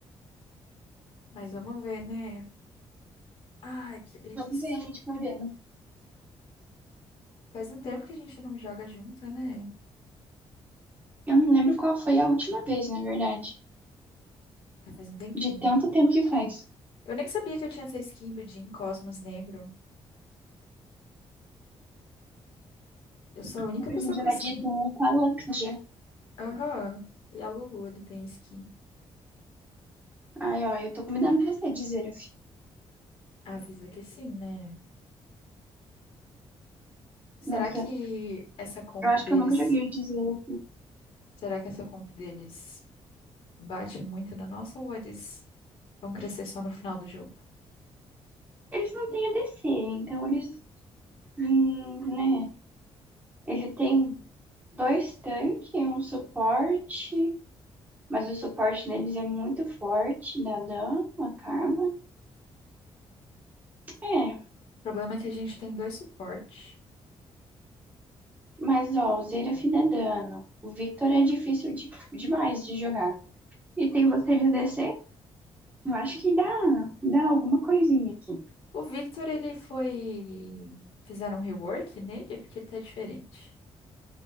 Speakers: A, on the left (about 60°); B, on the right (about 15°).
A: Mas vamos ver, né? Ai, que preguiça.
B: Vamos ver, a gente perdeu.
A: Faz um tempo que a gente não joga junta, né?
B: Eu não lembro qual foi a última vez, na verdade.
A: É, Faz um tempinho.
B: De tanto tempo que faz.
A: Eu nem sabia que eu tinha essa skin do Jhin Cosmos Negro. Eu sou a única
B: Dá pra
A: pessoa
B: gente
A: com
B: jogar
A: skin
B: de duo com a Luxia.
A: Aham. E a Lulu, ele tem skin.
B: Ai, ó, eu tô convidando pra você, de Zeraf.
A: Avisa que sim, né? Será
B: Nossa,
A: que essa comp
B: eu acho
A: deles,
B: que eu nunca joguei de Zeraf.
A: será que essa comp deles bate muito na nossa ou eles vão crescer só no final do jogo?
B: Eles não têm ADC, então eles. hum, né? Ele tem dois tanques, um suporte. Mas o suporte deles é muito forte, dá dano, a Karma. É,
A: O problema é que a gente tem dois suportes.
B: mas ó, o Zeraf dá dano. O Victor é difícil de, demais de jogar. E tem você de ADC? Eu acho que dá, dá alguma coisinha aqui.
A: O Victor, ele foi, fizeram um rework nele porque ele tá diferente.